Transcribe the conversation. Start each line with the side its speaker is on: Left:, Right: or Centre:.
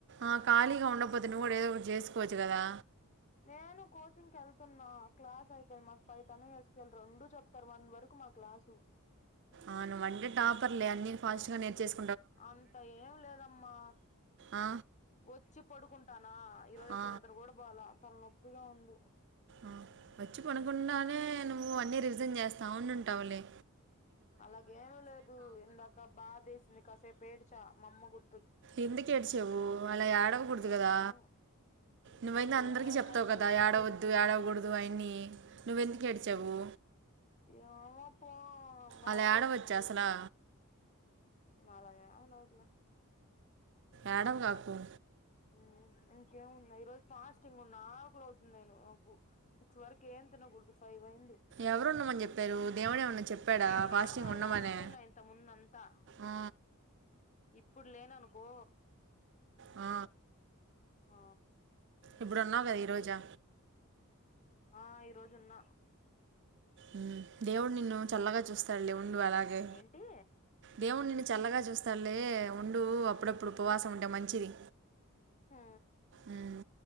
Right: ఆ ఖాళీగా ఉండకపోతే నువ్వు కూడా ఏదో ఒకటి చేసుకోవచ్చు కదా
Left: నేను కోచింగ్‌కి ఎళ్తున్నా క్లాస్ అయిపోయింది మాకు పైతను ఎస్క్యూఎల్ రెండూ చె ప్తారు వన్ వరకు మా క్లాసు
Right: ఆ నువ్వ్ అంటే టాపర్లే అన్ని ఫాస్ట్‌గా నేర్చేసు
Left: అంత ఏం లేదమ్మా
Right: ఆ,
Left: వచ్చి పడుకుంటానా ఈరోజు
Right: ఆ,
Left: అసలు నిద్ర కూడా పోలా తల నొప్పిగా ఉంది
Right: ఆ వచ్చి పకుండానే నువ్వు అన్నీ రివిజన్ చేస్తా ఉంనుంటావులే
Left: అలాగేమి లేదు ఇందాక బాదేసింది కాసేపు ఏడ్చ మా అమ్మ గు
Right: ఎందుకు ఏడ్చావు అలా ఏడవకూడదు
Left: ఏమో
Right: కదా నువ్వైనా అందరికిీ
Left: ఏమో
Right: చెప్తావు
Left: ఫ్రెండ్
Right: కదా
Left: అలా గుర్తొచ్చింది
Right: ఏడవ వద్దు ఏడవకుడా దు అని నువ్వెందుకు ఏడ్చావు
Left: ఏమో పో బాధేసింది
Right: అలా ఏడవచ్చు అసలు
Left: నాలాగా ఏమీ లేదులే
Right: ఏడవగాకు
Left: ఉమ్మ్ ఇంకేమున్న ఈరోజు ఫాస్టింగ్ ఉన్న ఆకులు అవుతుంది నేను నాకు సిక్స్ వరకు ఏం తినకూడదు ఫైవ్ అయింది
Right: ఎవరు ఉండమని చెప్పారు దేవుడు ఏమన్నా చెప్పాడా
Left: నేను
Right: ఫాస్టింగ్
Left: నార్మల్‌గా
Right: ఉండమనే
Left: ఉంటున్నా ఇంతకుముందంతా
Right: ఆ,
Left: ఇప్పుడు లేననుకో
Right: ఆ
Left: ఆ
Right: ఇప్పుడు ఉన్నావు కదా ఈరోజా
Left: ఆ ఈరోజు ఉన్న
Right: ఉమ్మ్ దేవుడు నిన్ను చల్లగా చూస్తాడులే ఉండు అలాగే
Left: ఏంటి
Right: దేవుడు నిన్ను చల్లగా చూస్తాడులే ఉండు అప్పుడప్పుడు ఉపవాసం ఉంటే మంచిది
Left: ఆ
Right: ఉమ్,